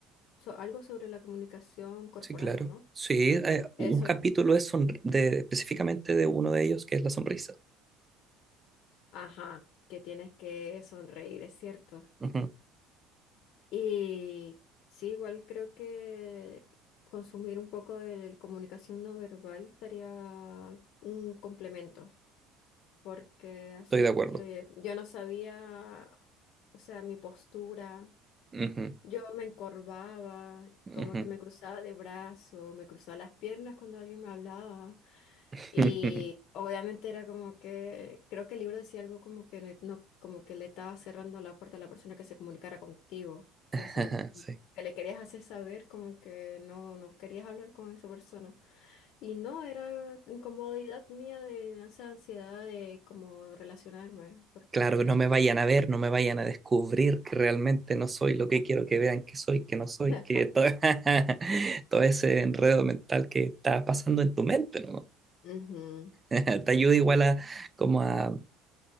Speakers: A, on the left (about 60°); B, on the right (about 15°).
A: so- algo sobre la comunicación corporal,
B: Sí, claro.
A: ¿o no?
B: Sí, eh,
A: Eso,
B: un capítulo es sonr- de, específicamente de uno de ellos, que es la sonrisa.
A: ajá, que tienes que sonreír, es cierto.
B: Ujú,
A: Y sí, igual creo que consumir un poco de comunicación no verbal estaría un complemento, porque así
B: Estoy de acuerdo.
A: eh, yo no sabía, o sea, mi postura,
B: Ujú,
A: yo me encorvaba,
B: ujú.
A: como que me cruzaba de brazo, me cruzaba las piernas cuando alguien me hablaba.
B: <laughs>
A: Y obviamente era como que, creo que el libro decía algo como que le- no, como que le estaba cerrando la puerta a la persona que se comunicara contigo. Entonces
B: <laughs>
A: no, como
B: Sí.
A: que le querías hacer saber como que no, no querías hablar con esa persona. Y no, era incomodidad mía de esa ansiedad de como relacionarme, porque
B: Claro, no me vayan a ver, no me vayan a descubrir que realmente no soy lo que quiero que vean que soy, que no soy,
A: <laughs>
B: que todo, <laughs> todo ese enredo mental que está pasando en tu mente, ¿no?
A: Ujú.
B: <laughs> Te ayuda igual a como a,